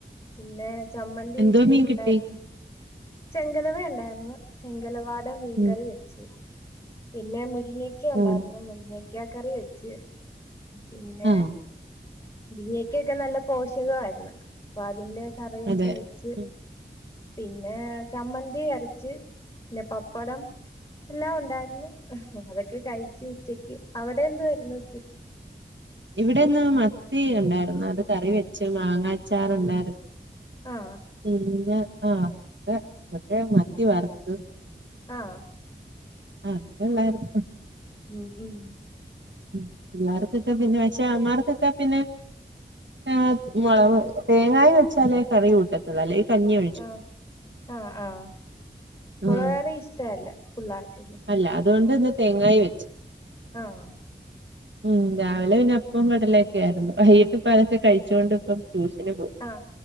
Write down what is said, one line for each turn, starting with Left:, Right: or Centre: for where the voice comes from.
Left: പിന്നെ ചമ്മന്തി
Right: എന്തോ മീൻ
Left: ഉണ്ടായിരുന്നു.
Right: കിട്ടി
Left: ചെങ്കലവ ഉണ്ടായിരുന്നു, ചെങ്കലവാടെ മീൻകറി
Right: ഉം
Left: വെച്ച്, പിന്നെ മുരിങ്ങ- ഒക്കെ ഉണ്ടായിരുന്നു
Right: ഉം
Left: മുരിങ്ങക്ക- കറി വെച്ച് പിന്നെ,
Right: ആഹ്
Left: മൂരിങ്ങക്കൊക്കെ നല്ല പോഷകമായിരുന്നു. അപ്പോ അതിന്റെ കറയൊക്കെ
Right: അതെ
Left: വെച്ച്.
Right: ഉം
Left: പിന്നെ ചമ്മന്തി അരച്ച് പിന്നെ പപ്പടം- എല്ലാം ഉണ്ടായിരുന്നു, അതൊക്കെ കഴച്ച് ഉച്ചക്ക്. അവിടെ എന്തു വരുന്നു ഉച്ചക്ക്?
Right: ഇവിടെന്ന് മത്തി ഉണ്ടായിരുന്നു, അത് കറി വെച്ച് മാങ്ങ- അച്ചാറുണ്ടായിരുന്നു.
Left: ഉം ആഹ്
Right: പിന്നെ ആക്ക ഒക്കെ മത്തി വറത്തു.
Left: ആഹ.
Right: ആഹ് എള്ളും.
Left: ഉം ഉം.
Right: ഉ പില്ലാർക്കൊക്കെ പിന്നെ, പക്ഷേ അമാർക്കൊക്കാ പിന്നെ- ആ മുള, തേങ്ങായി വെച്ചാലേ കറി കൂട്ട- ളല്ലേ കഞ്ഞിയ്
Left: ആഹ് ആഹ് ആഹ് പൊള്ളേറി
Right: ഉം
Left: ഇഷ്ടല്ല പിള്ളേർക്കല്ലെ
Right: അല്ല അതുകൊണ്ട് ഇന്ന് തെങ്ങായി വെച്ചു
Left: ആഹ്
Right: ഉം രാവിലെ പിന്നെ അപ്പും കടല ക്കെയായിരുന്നു വൈഹിട്ട് ഇപ്പൊ അതക്കെ കഴിച്ചുകൊണ്ട് ഇപ്പം ട്യൂഷന് പോയി
Left: അഹ്